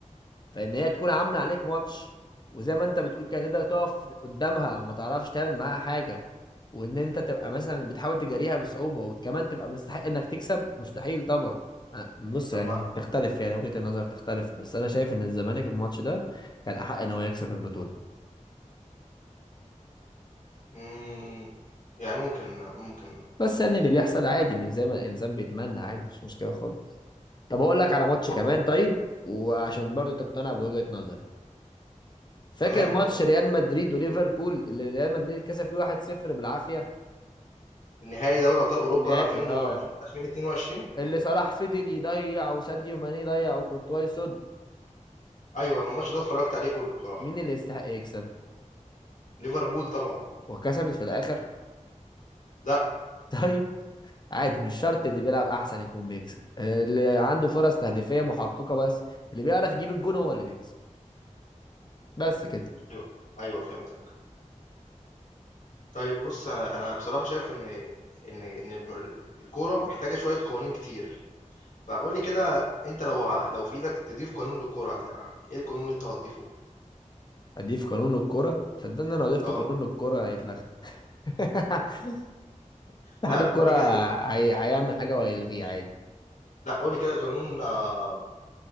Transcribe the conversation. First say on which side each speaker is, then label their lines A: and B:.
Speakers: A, on the left (about 35°); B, on the left (about 75°).
A: فان هي تكون عامله عليك ماتش وزي ما انت بتقول كده تقدر تقف قدامها وما تعرفش تعمل معاها حاجه وان انت تبقى مثلا بتحاول تجاريها بصعوبه وكمان تبقى مستحق انك تكسب مستحيل طبعا أنا- بص
B: طَب
A: يعني
B: ما
A: بتختلف يعني وجهة النظر تختلف بس انا شايف ان الزمالك الماتش ده كان احق ان هو يكسب البطوله
B: إمم، يعني ممكن ممكن
A: بس يعني اللي بيحصل عادي مش زي ما الانسان بيتمنى عادي مش مشكله خالص طب اقول لك على ماتش
B: أه،
A: كمان طيب وعشان برضو تقتنع بوجهة نظري فاكر
B: تمام
A: ماتش
B: قُل.
A: ريال مدريد وليفربول اللي ريال مدريد كسب فيه 1-0 بالعافيه
B: نهائي دوري ابطال اوروبا
A: النهائي
B: 2020
A: اه
B: 2022
A: اللي صلاح فضل يضيع وساديو ماني ضيع وكورتواي يصد
B: ايوه انا الماتش ده اتفرجت عليه كله بصراحه
A: مين اللي يستحق يكسب
B: ليفربول طبعا
A: وكسبت في الاخر
B: لا
A: <laughs> طيب عادي مش شرط اللي بيلعب احسن يكون بيكسب اللي عنده فرص تهديفية محققة بس اللي بيعرف يجيب الجون هو اللي بيكسب بس كده
B: ايوه ايوه فهمتك طيب بص انا أنا بصراحه شايف ان ان ان الم- الكوره محتاجه شويه قوانين كتير فقول لي كده انت لو ه- لو في ايدك تضيف قانون للكوره هت... ايه القانون اللي انت هتضيفه
A: اضيف قانون للكرة صدقني لو ضفت
B: اه
A: قانون للكرة هيتلغى <laughs> اتحاد
B: لا
A: الكرة
B: لا قول لي كده ك-
A: هي... هيعمل حاجة وهيلغيه عادي
B: لا قول لي كده قانون آه...